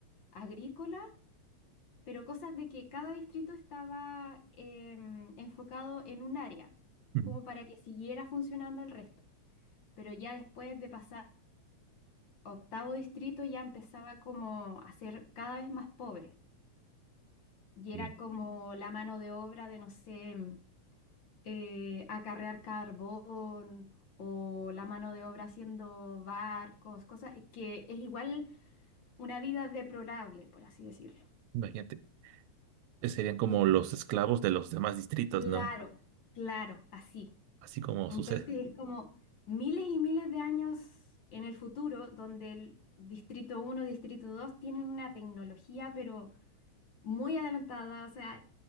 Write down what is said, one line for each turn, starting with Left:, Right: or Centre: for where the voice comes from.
Left: agrícola, pero cosas de que cada distrito estaba em, enfocado en un área,
Right: ujú,
Left: como para que siguiera funcionando el resto pero ya después de pasar octavo distrito ya empezaba como a ser cada vez más pobre y
Right: Bien.
Left: era como la mano de obra de, no sé, eh, acarrear carbón o la mano de obra haciendo barcos, cosas que es igual una vida deplorable, por así decirlo.
Right: Imagínate, eh, serían como los esclavos de los demás distritos,
Left: Claro,
Right: ¿no?
Left: claro, así.
Right: Así como
Left: Entonces
Right: sucede.
Left: es como miles y miles de años en el futuro donde el Distrito uno Distrito 2 tienen una tecnología, pero muy adelantada, o sea,